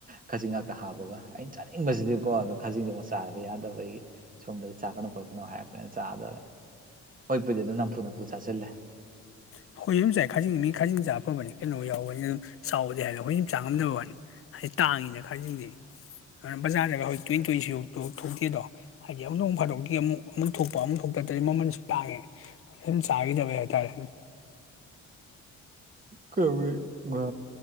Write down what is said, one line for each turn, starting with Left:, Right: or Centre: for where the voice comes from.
Right: ꯈꯥꯖꯤꯡ ꯉꯥꯛꯇ ꯍꯥꯞꯄꯒ ꯑꯩꯅ ꯆꯥꯅꯤꯡꯕꯁꯤꯗꯤꯀꯣ ꯑꯗꯣ ꯈꯖꯤꯡꯗꯨꯣ ꯑꯃꯨꯛ ꯆꯥꯕ ꯌꯥꯗꯕ ꯑꯩꯒꯤ ꯁꯣꯝꯗꯗꯤ ꯆꯥꯀꯅꯨ ꯈꯣꯠꯀꯅꯨ ꯍꯥꯏꯔꯛꯄꯅꯤꯅ ꯆꯥꯗꯕꯅꯤ ꯍꯣꯏꯄꯨꯗꯤ ꯑꯗꯨꯝ ꯅꯝꯐꯨ ꯅꯝꯐꯨ ꯆꯥꯁꯤꯜꯂꯦ
Left: ꯍꯣꯏ ꯌ ꯆꯥꯏ ꯈꯥꯖꯤꯡ ꯃꯤ ꯈꯥꯖꯤꯡꯁ ꯑꯐꯕꯅꯤ ꯀꯩꯅꯣ ꯌꯥꯎꯕꯅꯤ ꯑꯗꯨꯝ ꯆꯥꯎꯕꯗꯤ ꯍꯥꯏꯕꯗꯣ ꯍꯈꯣꯏꯁꯨ ꯆꯥꯉꯝꯗꯕ ꯋꯥꯅꯤ ꯍꯥꯏ ꯇꯥꯡꯉꯤꯅ ꯈꯥꯖꯤꯁꯤꯡꯗꯤ ꯑꯗꯨꯅ ꯕꯖꯥꯔꯗꯒ ꯍꯧꯖꯤ ꯇꯨꯋ ꯇꯨꯋꯁꯤ ꯊꯣꯛꯇꯦꯗꯣ ꯍꯥꯏꯗꯤ ꯑꯃꯨꯛ ꯑꯃꯨꯛ ꯐꯗꯣꯛꯇꯦ ꯑꯃꯨꯛ ꯑꯃꯨꯛ ꯊꯣꯛꯄ ꯑꯃꯨꯛ ꯊꯣꯛꯇ꯭ꯔꯗꯤ ꯃꯃꯜꯁꯨ ꯇꯥꯡꯉꯦ ꯆꯈꯤꯗꯕꯩ ꯍꯥꯏꯇꯔꯦ
Right: ꯀꯧ ꯉ